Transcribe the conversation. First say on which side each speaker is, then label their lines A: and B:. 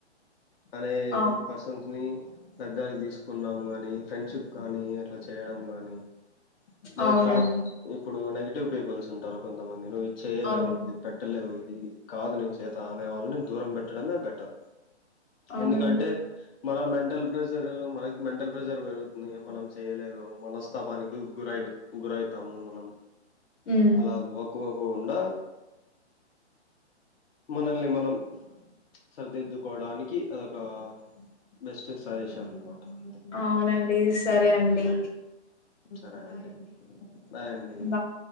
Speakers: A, on the left; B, on the left.
A: అనే
B: అవు
A: పర్సన్స్ని దగ్గాలికి తీసుకున్నాము కాగాని ఫ్రెండ్షిప్ కానీ అట్లా చేయడం కానీ మనకు
B: అవునండి
A: టాక్ ఇప్పుడు నెగిటివ్ పీపుల్స్ ఉంటారు కొంతమంది ను చేయలేవు
B: అవునండి
A: నువి పెట్టలేవు ఇది కాదు నీ చేత అనే వాళ్ళని దూరం పెట్టడమే బెటర్
B: అవునండి
A: ఎందుకంటే మన మెంటల్ ప్రెషర్ మనకి మెంటల్ ప్రెషర్ పెరుగుతుం మనం చేయలేము మనస్తాపానికి గురై గురైతాము మనం
B: ఉమ్,
A: అలా వాక్ వ కుండా మనల్ని మనం సరిదిద్దుకోవడానికి అదొక బెస్ట్ సజెషన్ అనమాట అంతే
B: అవునండి సరే అండి
A: సరే అండి బాయ్ అండి
B: బాయ్